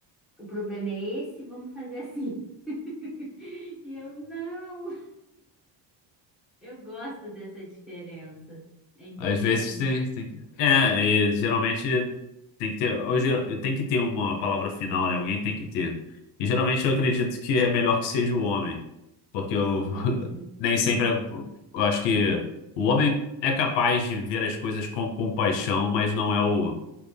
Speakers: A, in the centre; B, on the left.
A: O problema é esse, vamos fazer assim. <laughs> E eu não, eu gosto dessa diferença. É importante.
B: Às vezes tem, tem que- É, e geralmente tem que ter. Hoje tem que ter uma palavra final, né? Alguém tem que ter. E geralmente eu acredito que é melhor que seja o homem. Porque eu <laughs>
A: Uhum.
B: nem sempre. Eu acho que o homem é capaz de ver as coisas com compaixão, mas não é o